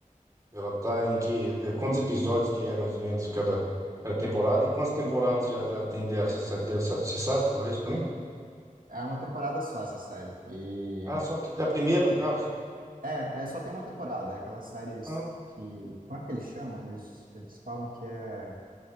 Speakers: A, on the right; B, on the right.
A: Ela tá em que. eh, Quantos episódios que é mais ou menos cada, cada temporada? E quantas temporadas já, já tem dela? Você sa- deve sa- você sabe falar isso pra mim?
B: É uma temporada só essa série. E
A: Ah, só, é a primeira, no caso?
B: É, é, só tem uma temporada, é aquelas séries
A: Ah,
B: que. Como é que eles chamam? Eles, eles falam que é.